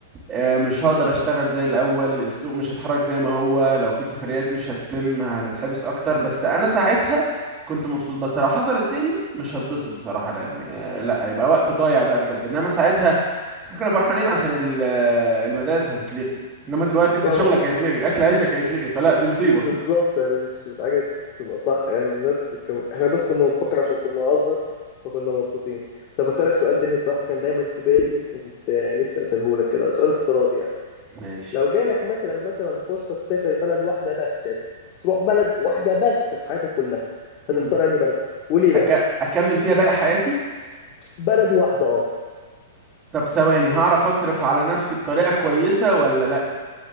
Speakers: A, on the right; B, on the left.
A: آه، مش هقدر اشتغل زي الاول السوق مش هيتحرك زي ما هو لو في سفريات مش هتتم هنتحبس اكتر بس انا ساعتها كنت مبسوط بس لو حصلت تاني مش هتبسط بصراحة لان آه، لا هيبقى وقت ضايع بقى بجد انما ساعتها احنا كنا فرحانين عشان ال- آه، المدارس هتتلغي انما دلوقتي انت
B: طبعا
A: شغلك هيتلغي اكل عيشك هيتلغي فلا دي مصيبة
B: <laughs> بالظبط يعني مش مش حاجه تبقى صح يعني الناس بتكمل احنا بس كنا بنفكر عشان كنا اصغر فكنا مبسوطين طب اسالك سؤال تاني بصراحه كان دايما في بالي وكنت آه، نفسي اساله لك كده سؤال افتراضي يعني
A: ماشي
B: لو جالك مثلا مثلا فرصه تسافر بلد واحده بس يعني تروح بلد واحده بس في حياتك كلها
A: امم
B: هتختار انهي بلد وليه
A: أك...
B: بقى
A: اكمل فيها باقي حياتي
B: بلد واحده اه
A: طب ثواني هعرف اصرف على نفسي بطريقة كويسة ولا لا